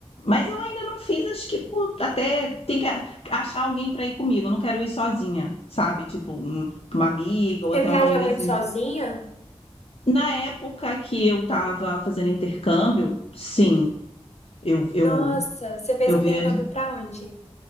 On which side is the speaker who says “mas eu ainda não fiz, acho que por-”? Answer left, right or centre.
Left